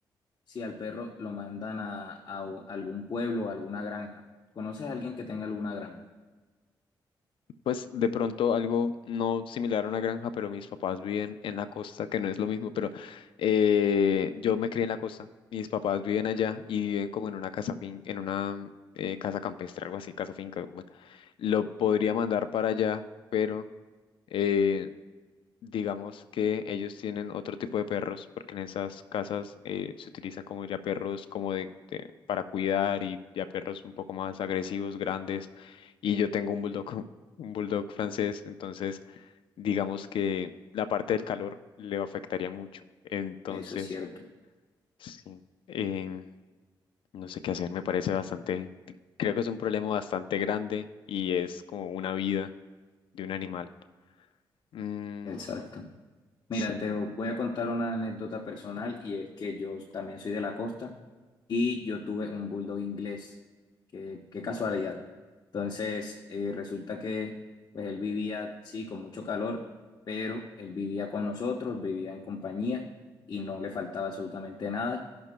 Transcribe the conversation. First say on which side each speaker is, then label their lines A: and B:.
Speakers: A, on the left; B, on the left.
A: si al perro lo mandan a, a u- algún pueblo o alguna granja. ¿Conoces a alguien que tenga alguna granja?
B: Pues de pronto algo no similar a una granja, pero mis papás viven en la costa, que no es lo mismo, pero eh, yo me crié en la costa, mis papás viven allá y viven como en una casa fin, en una eh, casa campestre, algo así, casa finca. Bueno, lo podría mandar para allá, pero eh, digamos que ellos tienen otro tipo de perros, porque en esas casas eh, se utilizan como ya perros como de, de- para cuidar y ya perros un poco más agresivos, grandes. Y yo tengo un bulldog, <laughs> un bulldog francés, entonces digamos que la parte del calor le afectaría mucho. Entonces,
A: Eso es cierto,
B: sí, em, no sé qué hacer, me parece bastante, creo que es un problema bastante grande y es como una vida de un animal. Mm,
A: exacto. Mira,
B: sí.
A: te voy a contar una anécdota personal y es que yo también soy de la costa y yo tuve un bulldog inglés. Qué, qué casualidad. Entonces, eh, resulta que pues, él vivía, sí, con mucho calor, pero él vivía con nosotros, vivía en compañía y no le faltaba absolutamente nada.